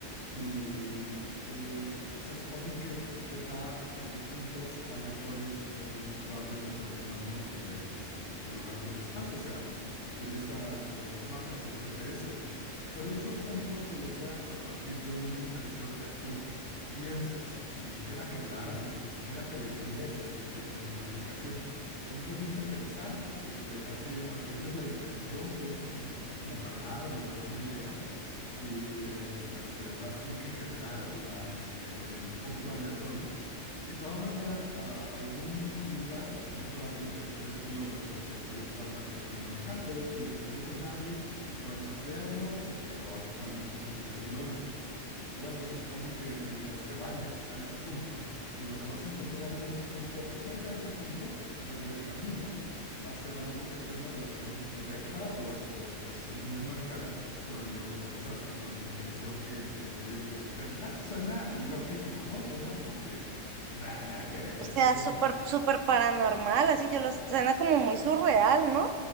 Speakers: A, on the left; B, on the right.
A: y eh, se supone que te da eh, puntos aleatorios en un radio determinado de este, pues el lugar donde estás, o sea, utiliza eh, los mapas y el GPS, pero esos puntos te los da a partir de una intención que tú pienses, ni siquiera que la hables, ni siquiera que le ingreses en, en la aplicación, simplemente pensar, este, así ah, tienes la intención, piensas en una en una palabra o en una idea y le este, das clic en generar la, este, el punto aleatorio y te va a mandar a algún lugar en un radio de 3 kilómetros, que es el estándar que suele manejar. Puedes disminuir el radio, puedes ampliarlo, este, pero habitualmente son 3 kilómetros. Y bueno, se supone que la idea es que vayas a ese punto y lo que vas a encontrar en ese punto o cerca de ese punto o en el camino va a ser algo que tiene relación directa o este, pues muy marcada con lo que pensaste, con la intención que, que tuviste. De entrada suena loquísimo, ¿no? Suena como que nada, nada que ver,
B: O sea,
A: esas son
B: súper, súper paranormal, así yo lo suena como muy surreal, ¿no?